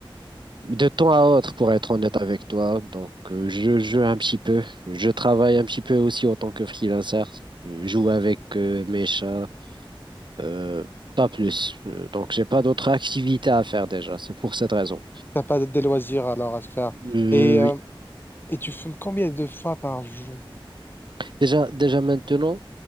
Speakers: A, on the right (about 55°); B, on the left (about 20°).
A: De temps à autre, pour être honnête avec toi, donc euh, je joue un petit peu. Je travaille un petit peu aussi en tant que freelancer. Euh, Je joue avec euh, mes chats, euh, pas plus. Euh, donc j'ai pas d'autres activités à faire déjà. C'est pour cette raison.
B: T'as pas des loisirs alors à se faire.
A: Euh,
B: Et euh,
A: oui.
B: Et tu fumes combien de fois par jour?
A: déjà, déjà maintenant,